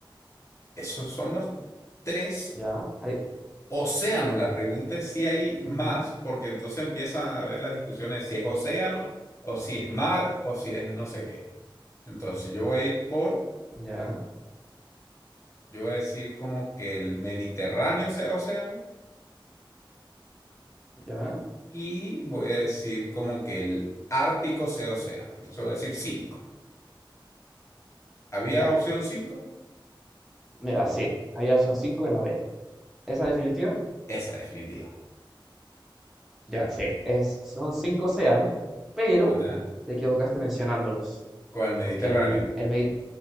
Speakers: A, on the left; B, in the centre.
A: Esos son los tres
B: Ya, hay...
A: océanos. La pregunta es si hay más,
B: ujú,
A: porque entonces empiezan a haber las discusiones de si es océano o si es mar o si es no sé qué. Entonces yo voy a ir por,
B: Ya,
A: yo voy a decir como que el Mediterráneo sea océano
B: ya,
A: Y voy a decir como que el Ártico sea océano. Entonces voy a decir cinco. ¿Había
B: ya.
A: opción cinco.
B: Mira, sí, había opción 5 en la B. ¿Esa definitiva?
A: Esa definitiva.
B: Ya, sí, es, son cinco océanos, pero
A: ¿Verdad?
B: te equivocaste mencionándolos,
A: Con el Mediterráneo.
B: porque el, el, Medi-